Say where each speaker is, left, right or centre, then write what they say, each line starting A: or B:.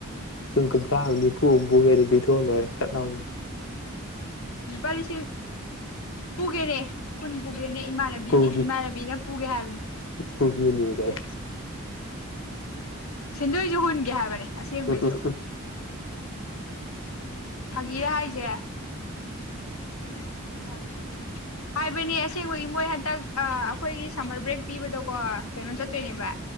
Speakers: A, on the left (about 60°); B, on the left (about 80°).
A: ꯄꯨꯡ ꯀꯨꯟꯊ꯭ꯔꯥ ꯅꯤꯐꯨ ꯍꯨꯝꯐꯨꯒꯗꯤ ꯄꯤꯊꯣꯛꯑ ꯂꯣꯏꯔꯦ ꯁꯠ ꯂꯥꯎꯅ
B: ꯄꯥꯂꯤꯁꯤꯦ ꯄꯨꯒꯦꯅꯦ ꯀꯨꯟ ꯄꯨꯒꯦꯅꯦ ꯏꯃꯥꯟꯅꯕꯤꯒꯤ
A: ꯄꯨꯒꯤ
B: ꯏꯃꯥꯟꯅꯕꯤꯅ ꯄꯨꯒꯦ ꯍꯥꯏꯕꯅꯤ
A: ꯄꯨꯒꯦꯅꯦ ꯀꯥꯏ
B: ꯁꯦꯟꯗꯣꯏꯁꯨ ꯍꯨꯟꯒꯦ ꯍꯥꯏꯕꯅꯦ ꯑꯁꯦꯡꯕꯩꯁꯨ
A: ꯎꯝ ꯎꯝ ꯎꯝ
B: ꯐꯥꯒꯤꯔ ꯍꯥꯏꯁꯦ ꯏ ꯊꯊ ꯍꯥꯏꯕꯅꯦ ꯑꯁꯦꯡꯕꯒꯤ ꯃꯣꯏ ꯍꯟꯗꯛ ꯑ ꯑꯩꯈꯣꯏꯒꯤ ꯁꯝꯃꯔ ꯕ꯭ꯔꯦꯛ ꯄꯤꯕꯗꯣꯀꯣ ꯀꯩꯅꯣ ꯆꯠꯇꯣꯏꯅꯦꯕ